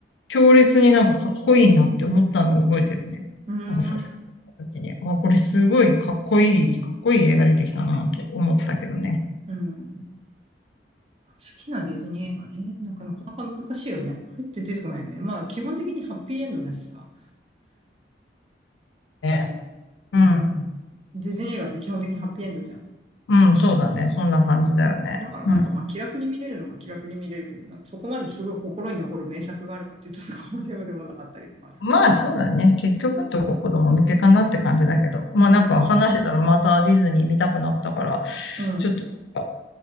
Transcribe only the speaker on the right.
うー
ん。
うん。好きなディズニー映画ね。なんかなかなか難しいよね。これって出てこないよね。まあ基本的にハッピーエンドだしさ。
ディズニー映画って基本的にハッピーエンドじゃ
ん。だからなんかまあ気楽に見れるのは気楽に見れるけど、
なんかそこまですごい心に残る名作があるかっていうとそこまででもなかったりとかするよね。
うん。うん。